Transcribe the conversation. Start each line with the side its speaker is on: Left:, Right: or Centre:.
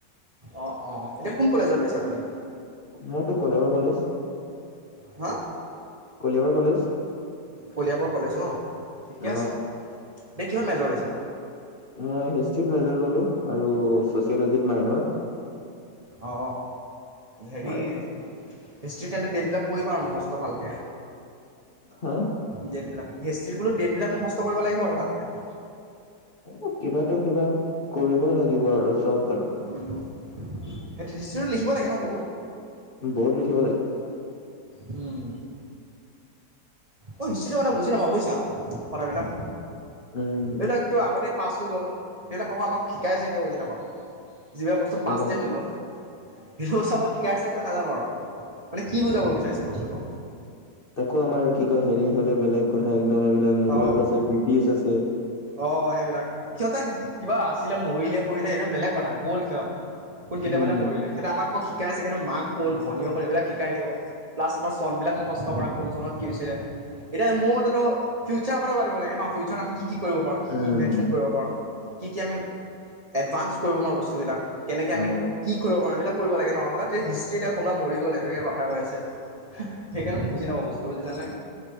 Right: অ অ অ এতিয়া কোন কলেজত লৈছা তুমি
Left: মইতো কলিয়াবৰ কলেজ
Right: হা
Left: কলিয়াবৰ কলেজ
Right: কলিয়াবৰ কলেজ ন ঠিকে
Left: অ
Right: আছে এনে কিহত মেজৰ লৈছা
Left: মই হিষ্ট্ৰিত মেজৰ ললো আৰু ছচিয়েলজিত মাইণ্ডৰ
Right: অ হেৰি
Left: তোমাৰ
Right: হিষ্ট্ৰি তেন্তে ডেটবিলাক পঢ়িবা আৰু মুখস্থ ভালকে
Left: হা
Right: ডেট বিলাক হিষ্ট্ৰি বোলো ডেটবিলাক মুখস্থ কৰিব লাগিব আৰু ভালকে
Left: এ কিবাতো কিবা কৰিবই লাগিব আৰু চব আৰু
Right: উম সেই হিষ্ট্ৰিটো লিখিব লাগে ন বহুত
Left: বহুত লিখিব লাগে।
Right: উম মই হিষ্ট্ৰীটো মানে বুজি নাপাওঁ বুজিছা কথাবিলাক
Left: উম
Right: এইবিলাক সেইটো আগতেই পাছ হৈ গ'ল সেইবিলাক আকৌ আমাক শিকাইছে কিয় বুজি নাপাওঁ। যিবিলাক বস্তু পাষ্টেই
Left: একদম
Right: হৈ গ'ল সেইটো বস্তু আমাক শিকাইছে কিয় নাজানো আৰু মানে কি বুজাব বিচাৰিছে বস্তুটো।
Left: তাকো আমাৰ কি কয় হেৰি হ'লে বেলেগ কথা একদম এইবিলাক মোগল
Right: অঁ
Left: আছে ব্ৰিটিছ আছে।
Right: অ সেইবিলাক সিহঁতে কিবা আছিলে মৰিলে কৰিলে সেইটো বেলেগ কথা গ'ল সিহঁত। কোন কেতিয়াবাতে
Left: উম
Right: মৰিলে সিহঁতে আমাক আকৌ শিকাইছে মাক কোন ভনীয়েক কোন এইবিলাক শিকাই থাকিব। প্লাছ তোমাৰ চনবিলাক মুখস্থ কৰা কোন চনত কি হৈছিলে। এতিয়া মোৰ মতেটো ফিউচাৰৰ কথা পাতিব লাগে ন ফিউচাৰ আমি কি কি কৰিব পাৰোঁ কি
Left: উম
Right: কি ইনভেঞ্চন কৰিব পাৰোঁ কি কি আমি এডভানৰ্চ কৰিব পাৰোঁ বস্তুবিলাক কেনেকে
Left: অ
Right: আমি কি কৰিব পাৰোঁ এইবিলাক কৰিব লাগে ন হিষ্ট্ৰীতে কোনোবা মৰি গ'ল সেইটোকে কথা কৈ আছে। সেইকাৰণে মই বুজি নাপাওঁ বস্তু বিলাক বুজিলা নে